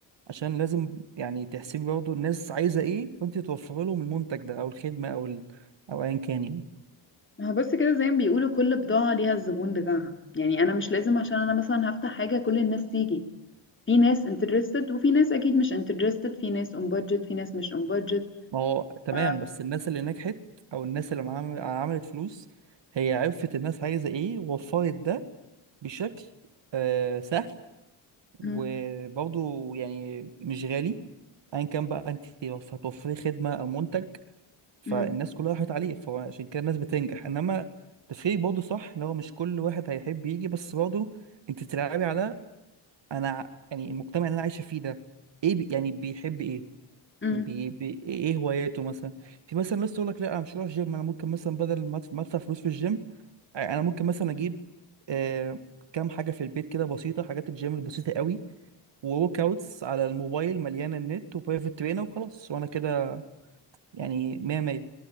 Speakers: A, on the right (about 60°); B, on the left (about 25°).
A: عشان لازم يعني تحسبي برضه الناس عايزة ايه فانت توفر لهم المنتج ده او الخدمة او ال... او ايا كان يعني
B: ما هو بص كده زي ما بيقولوا كل بضاعة ليها الزبون بتاعها يعني أنا مش لازم عشان أنا مثلا هفتح حاجة كل الناس تيجي في ناس interested وفي ناس أكيد مش interested في ناس on budget في ناس مش on budget
A: ما هو تمام
B: ف...
A: بس الناس اللي نجحت او الناس اللي عمل- عملت فلوس هي عرفت الناس عايزة ايه ووفرت ده بشكل آه سهل وبرضه
B: م-
A: يعني مش غالي ايا كان بقى انت هتوفري خدمة او منتج فالناس
B: م-
A: كلها راحت عليه فعشان كده الناس بتنجح انما تفكيرك برضه صح اللي هو مش كل واحد هيحب يجي بس برضه انت بتلعبي على انا ع- يعني المجتمع اللي انا عايشة فيه ده ايه بي يعني بيحب ايه
B: م-
A: بي بي ايه هواياته مثلا في مثلا ناس تقول لك لا انا مش هروح جيم انا ممكن مثلا بدل ما أدف- ما ادفع فلوس في الجيم انا ممكن مثلا اجيب آه كام حاجه في البيت كده بسيطه حاجات الجيم البسيطه قوي وورك اوتس على الموبايل مليانه النت وبرايفت ترينر وخلاص وانا كده يعني 100 100